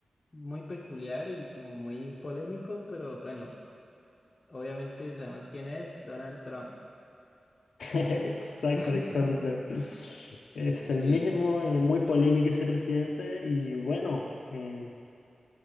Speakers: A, on the left (about 40°); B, on the left (about 85°).
A: muy peculiar y como muy polémico, pero bueno, obviamente sabemos quién es, Donald Trump.
B: <laughs> Exacto,
A: <laughs>
B: Alexander. Es
A: Sí,
B: el mismo, eh, muy polémico ese presidente y bueno, eh,